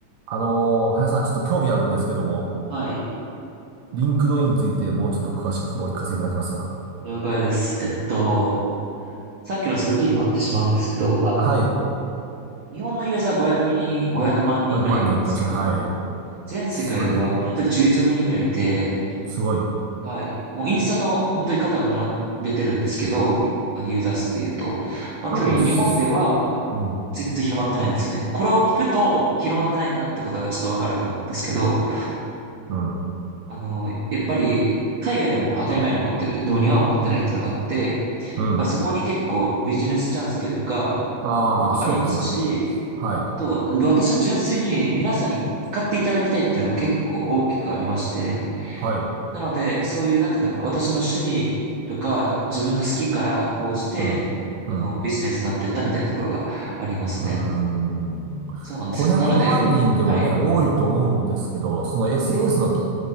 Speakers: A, on the right (about 75°); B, on the right (about 60°).
A: あのー、林さん、ちょっと興味あるんですけども、
B: はい、
A: リンクドインについてもうちょっと詳しくお聞かせいただけますか
B: 了解です。えっと、さっきの続きにもなってしまうんですけど、あの、
A: はい。
B: 日本のユーザー500人、500万人ぐらいいるんですけど、
A: 500万人っておっしゃるはい。
B: 全世界では本当に11億人ぐらいいて、
A: それでも、すごい。
B: はい、もうインスタと本当に肩を並べてるんですけど、あのユーザー数で言うと、本当に日本では
A: 多分、すうん、
B: 全然広まってないんですよね。これを聞くと広まってないなってことがちょっとわかると思うんですけど、
A: うん、
B: あの、やっぱり、海外でも当たり前に持ってる。でも日本は持ってないっていうのがあって、
A: うん。
B: やっぱそこに結構ビジネスチャンスというか、
A: ああ、
B: っていうのもありますし、
A: まあ、そうですよね。はい、
B: あとは、私は純粋に皆さんに使っていただきたいっていうのが結構大きくありまして、
A: はい、
B: なので、そういう、なんて言うんだろう、私の趣味とか、自分の好きから講じて、
A: うん、うん。
B: あの、ビジネスになってったみたいなところがありますね。
A: うーん。
B: そうなんですよ。
A: 500万人でもね、
B: なので、はい、
A: 多いと思うんですけど、その SNS
B: はい、
A: のき